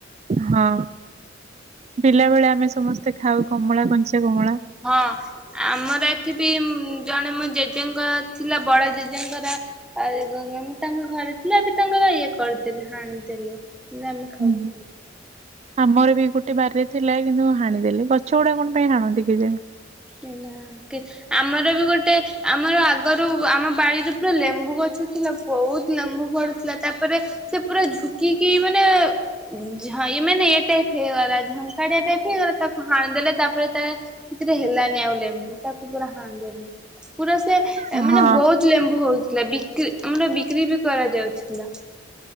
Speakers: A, on the right; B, in the centre.
A: ହଁ ପିଲା ବେଳେ ଆମେ ସମସ୍ତେ ଖାଉ କମଳା କଞ୍ଚା କମଳା।
B: ହଁ। ଆମର ଏଠି ବି ଜଣେ ମୋ ଜେଜେଙ୍କ ଥିଲା ବଡ ଜେଜେଙ୍କର <unintelligible> ତାଙ୍କ ଘରେ ଥିଲା ଏବେ ତାଙ୍କର ଇଏ କରିଦେଲେ ହାଣିଦେଲେ। ନା ଆମେ ଖାଉଥିଲୁ।
A: ହୁଁ। ଆମର ବି ଗୋଟେ ବାରିରେ ଥିଲା କିନ୍ତୁ ହାଣିଦେଲେ ଗଛ ଗୁଡା କଣ ପାଇଁ ହାଣନ୍ତି କେଜାଣି।
B: କି ନା କିଚ୍ ଆମର ବି ଗୋଟେ ଆମର ଆଗରୁ ଆମ ବାଡିରେ ପୁରା ଲେମ୍ବୁ ଗଛ ଥିଲା। ବହୁତ ଲେମ୍ବୁ ଫଳୁ ଥିଲା। ତାପରେ ସେ ପୁରା ଝୁକିକି ମାନେ ଝ ମାନେ ଏ ଟାଇପ ହେଇଗଲା ଝଙ୍କାଡିଆ ଟାଇପ ହେଇଗଲା ତାକୁ ହାଣି ଦେଲେ ତାପରେ ତା ସେଥିରେ ହେଲା ନି ଆଉ ଲେମ୍ବୁ ତାକୁ ପୁରା ହାଣି ଦେଲେ। ପୁରା ସେ
A: ହଁ
B: ମାନେ ବହୁତ ଲେମ୍ବୁ ହଉଥିଲା। ବି କ୍ରି ଆମର ବିକ୍ରି ବି କରାଯାଉଥିଲା।